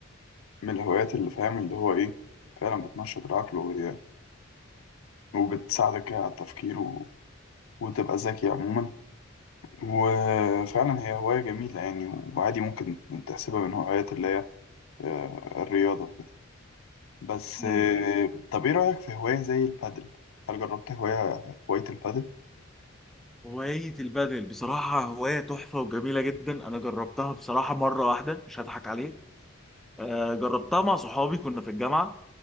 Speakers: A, on the left; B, in the centre.
A: من الهوايات اللي فاهم اللي هو إيه فعلا بتنشط العقل وهي وبتساعدك على التفكير وتبقى ذكي عموما وفعلا هي هواية جميلة يعني وعادي ممكن تحسبها من هوايات اللي هي آه، الرياضة وكده بس آه،
B: ايوه ايوه
A: طب ايه رأيك في هواية زي البادل؟ هل جربت هواية هواية البادل؟
B: هواية البادل بصراحة هواية تحفة وجميلة جدا أنا جربتها بصراحة مرة واحدة مش هضحك عليك آه، جربتها مع صحابي كنا في الجامعة